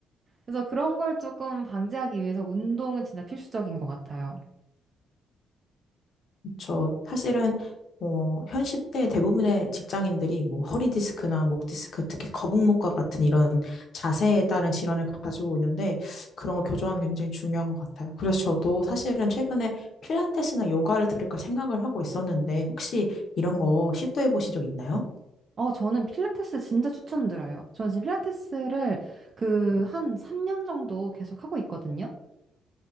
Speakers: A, on the right; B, on the left.
A: 그래서 그런 걸 조금 방지하기 위해서 운동은 진짜 필수적인 것 같아요.
B: 저 사실은 어, 현 시대 대부분의 직장인들이 뭐 허리 디스크나 목 디스크, 특히 거북목과 같은 이런 자세에 따른 질환을 가지고 있는데 그런 거 교정하는 게 굉장히 중요한 것 같아요. 그래서 저도 사실은 최근에 필라테스나 요가를 들을까 생각을 하고 있었는데 혹시 이런 거 시도해 보신 적 있나요?
A: 어, 저는 필라테스 진짜 추천드려요. 저는 지금 필라테스를 그 한 3년 정도 계속 하고 있거든요.